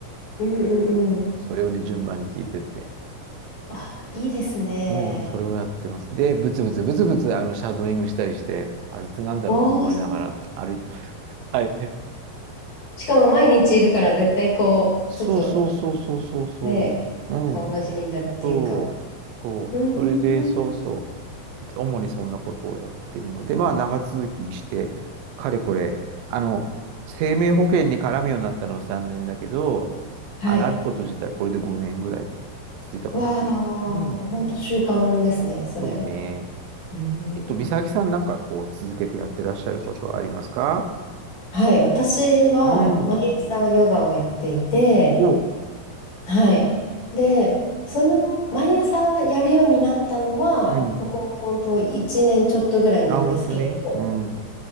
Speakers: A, on the left (about 40°); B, on the right (about 80°).
A: うんうんうん。
B: うんそれをね、順番に聞いてって。
A: あ、いいですね。
B: うん、それをやってます。で、ブツブツ、ブツブツ、あの、シャドーイングしたりして、あいつなんだろうと思いながら歩いてます。
A: おお。<laughs>
B: はい。
A: しかも毎日いるから絶対こう、
B: そうそうそうそうそうそう。
A: ちょっとね、
B: うん。
A: 顔なじみになるっていうか。
B: そう。そう。
A: うーん。
B: それで、そうそう。主にそんなことをやってるので、まあ長続きして、かれこれ、あの、生命保険に絡むようになったのは3年だけど、
A: はい。
B: あの、あること自体これで5年ぐらい続いたかな。
A: わあ、
B: うん、
A: 本当習慣ですね、それ。
B: そうね。
A: うーん。
B: えっと、美咲さんなんかこう続けてやってらっしゃることはありますか
A: はい、私は毎朝ヨガをやっていて、
B: うん。お、
A: はい。で、その毎朝やるようになったのは、
B: うん。
A: ここ本当1年ちょっとぐらいなんですけど、
B: あ、本当にうん。
A: っ
B: う